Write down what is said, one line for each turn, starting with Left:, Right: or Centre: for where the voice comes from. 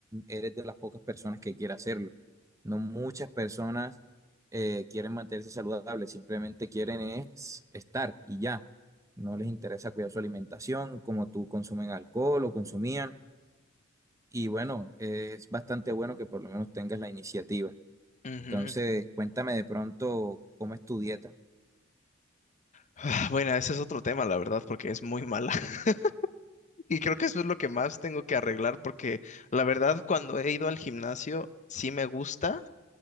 Right: eres de las pocas personas que quiere hacerlo. No muchas personas eh, quieren mantenerse saludables, simplemente quieren es estar y ya. No les interesa cuidar su alimentación, como tú consumen alcohol o consumían. Y bueno, eh, es bastante bueno que por lo menos tengas la iniciativa.
Left: ujú.
Right: Entonces, cuéntame de pronto cómo es tu dieta.
Left: Ah, Bueno, ese es otro tema, la verdad, porque es muy mala. <laughs> Y creo que eso es lo que más tengo que arreglar, porque la verdad, cuando he ido al gimnasio, sí me gusta